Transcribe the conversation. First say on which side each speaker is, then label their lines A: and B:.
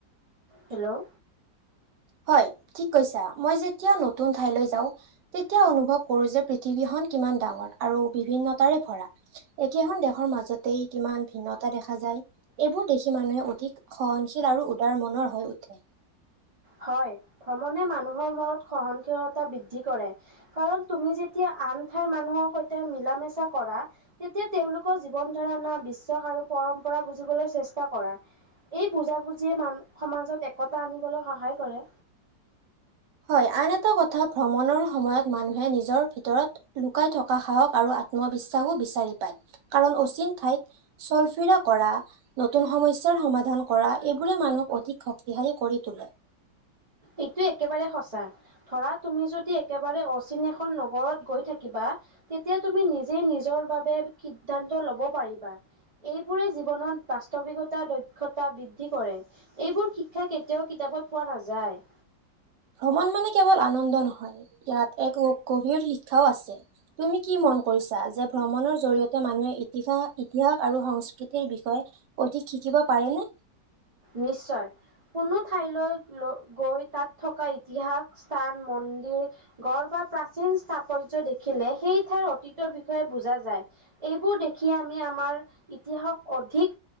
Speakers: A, on the right; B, on the right.
A: হেল্ল'
B: হয় ঠিক কৈছা। মই যেতিয়া নতুন ঠাইলৈ যাও তেতিয়া অনুভৱ কৰো যে পৃথিৱীখনন কিমান ডাঙৰ আৰু বিভিন্নতাৰে ভৰা। একেখন দেশৰ মাজতেই কিমান ভিন্নতা দেখা যায়। এইবোৰ দেখি মানুহে অধিক সহনশীল আৰু উদাৰ মনৰ হৈ উঠে।
A: হয়, ভ্ৰমণে মানুহৰ মূৰত সহনশীলতা বৃদ্ধি কৰে। কাৰণ, তুমি যেতিয়া আন ঠাইৰ মানুহৰ সৈতে মিলা মেচা কৰা তেতিয়া তেওঁলোকৰ জীৱন ধাৰণা বিশ্বাস আৰু পৰম্পৰা বুজিবলৈ চেষ্টা কৰা। এই বুজাবুজি মান সমাজত একতা আনিবলৈ সহায় কৰে।
B: হয়, আন এটা কথা ভ্ৰমণৰ সময়ত মানুহে নিজৰ ভিতৰত লুকাই থকা সাহস আৰু আত্মবিশ্বাসো বিচাৰি পায় কাৰণ অচিন ঠাইত চলফিৰা কৰা। নতুন সমস্যাৰ সমাধান কৰা এইবোৰে মানুহক অধিক শক্তিশালী কৰি তোলে।
A: এইটোয়ে একেবাৰে সঁচা। ধৰা তুমি যদি একেবাৰে অচিন এখন নগৰত গৈ থাকিবা। তেতিয়া তুমি নিজেই নিজৰ বাবে সিদ্ধান্ত ল'ব পাৰিবা। এইবোৰে জীৱনত বাস্তৱিকতা দক্ষতা বৃদ্ধি কৰে। এইবোৰ শিক্ষা কেতিয়াও কিতাপত পোৱা নাযায়।
B: ভ্ৰমণ মানে কেৱল আনন্দ নহয় ইয়াত এক গভীৰ শিক্ষাও আছে। তুমি কি মন কৰিছা? যে ভ্ৰমণৰ জৰিয়তে মানুহে ইতিহাস ইতিহাস আৰু সংস্কৃতিৰ বিষয়ে অধিক শিকিব পাৰে নে?
A: নিশ্চয়। কোনো ঠাইলৈ গৈ তাত ইতিহাস স্থান মন্দিৰ গঢ় বা প্ৰাচীন স্থাপত্য দেখিলে সেই ঠাইৰ অতীতৰ বিষয়ে বুজা যায়। এইবোৰ দেখি আমি আমাৰ ইতিহাসক অধিক